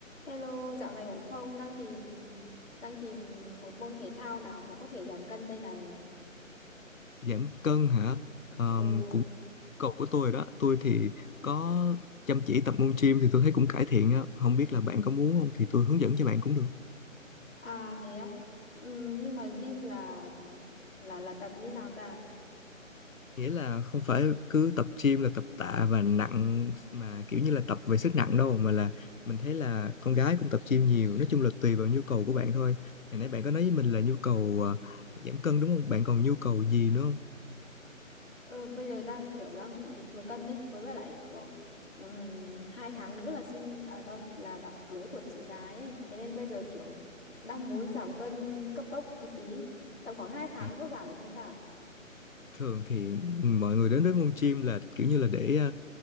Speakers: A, on the left; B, on the left.
A: Hello, dạo này ổn không? Đang tìm đang tìm một môn thể thao nào mà có thể giảm cân đây này.
B: giảm cân hả Ờm,
A: Ồ,
B: cũng cột của tôi rồi đó tôi thì có chăm chỉ tập môn gym thì tôi thấy cũng cải thiện á không biết là bạn có muốn không thì tôi hướng dẫn cho bạn cũng được
A: À thế á. Ừm, nhưng mà gym là là là tập như nào ta?
B: nghĩa là không phải cứ tập gym là tập tạ và nặng mà kiểu như là tập về sức nặng đâu mà là mình thấy là con gái cũng tập gym nhiều nói chung là tùy vào nhu cầu của bạn thôi hồi nãy bạn có nói với mình là nhu cầu à, giảm cân đúng không bạn còn nhu cầu gì nữa không
A: Ờ, bây giờ đang kiểu đang bị thừa cân đấy, với lại kiểu ừm, hai tháng nữa là sinh à đâu là đám cưới của chị gái ấy. Thế nên bây giờ kiểu đang muốn giảm cân cấp tốc một tí. Tầm khoảng hai tháng
B: à,
A: có giảm được không ta?
B: thường thì mọi người đến với môn gym là kiểu như là để à,